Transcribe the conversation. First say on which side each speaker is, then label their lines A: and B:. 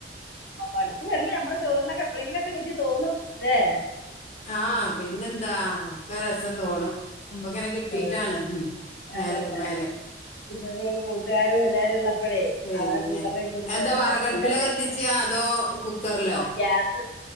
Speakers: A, on the left; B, on the left.
A: അടുത്ത് വരമ്പൊ നമ്മെളെ ചോറിനൊക്കെപ്പളെങ്കിലൊക്കെ രുചി തോന്നുംല്ലേ
B: ആഹ പിന്നെന്താ ഒക്കെ രസം തോണും
A: ഉം
B: അപ്പൊങ്ങനെ കിട്ടീറ്റാണ്
A: അതന്നെ
B: മേലക്കു
A: അതന്നെ
B: മ്മേലെ
A: ഇപ്പൊ കൂട്ടുകാരും എല്ലാരും ഉള്ളപ്പഴേ
B: പിന്നെ
A: അവരെ കൂട്ടത്തി കൂടുമ്പോ
B: എന്താ
A: എല്ലാ
B: വറകടുപ്പിലാ
A: എല്ലാം ടേസ്റ്റാ
B: കെത്തി ച് അതോ കുക്കറിലോ
A: ഗ്യാസ്